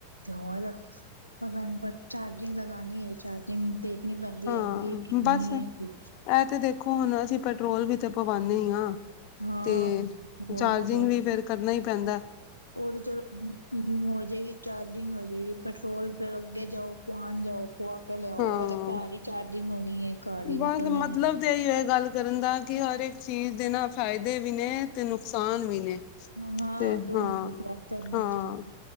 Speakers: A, on the right; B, on the left.
A: ਤੇ ਹੋਰ ਪਤਾ ਨਹੀਂ ਚਾਰਜਿੰਗ ਲਗਾਨੀ ਹੈ ਚਾਰਜਿੰਗ ਦੇਖਣੀ ਪੈਂਦੀ
B: ਹਾਂ
A: ਹੈਗੀਏ ਕਿਨੀ
B: ਬਸ
A: ਨੀ ਹੈਗੀ।
B: ਇਹ ਤੇ ਦੇਖੋ ਹੁਣ ਅਸੀਂ ਪੈਟਰੋਲ ਵੀ ਤੇ ਪਵਾਂਦੇ ਹਾਂ
A: ਹਾਂ
B: ਤੇ
A: ਬੋਲ
B: ਚਾਰਜਿੰਗ
A: ਤੇ
B: ਵੀ ਫੇਰ ਕਰਨਾ ਹੀ ਪੈਂਦਾ ਏ।
A: ਉਹ ਤੇ ਚਲੋ ਹੋ ਜਏਗੀ ਚਾਰਜਿੰਗ ਹੋ ਜਾਏਗੀ, ਪੈਟਰੋਲ ਫਿਰ ਅੱਗੇ ਜਾਓ ਪੁਆਣ ਜਾਓ ਪੁਆ ਕੇ ਲਿਆਓ,
B: ਹਾਂ
A: ਇਹਦੇ ਘਰ ਹੀ ਚਾਰਜਿੰਗ ਹੋਣੀ ਹੈ। ਘਰ ਹੀ
B: ਬਸ
A: ਨਿਕਲ ਜਾਣੀ
B: ਮਤਲਬ
A: ਹੈ
B: ਤੇ ਇਹੀ ਹੋਆ ਗੱਲ ਕਰਨ ਦਾ ਕਿ ਹਰ ਇੱਕ ਚੀਜ਼ ਦੇ ਨਾ ਫਾਇਦੇ ਵੀ ਨੇ ਤੇ ਨੁਕਸਾਨ ਵੀ ਨੇ।
A: ਹਾਂ
B: ਤੇ
A: ਦੋਨੋ
B: ਹਾਂ
A: ਬਰਾਬਰ ਨੇ
B: ਹਾਂ
A: ਆਜ ਕੱਲ ਤੇ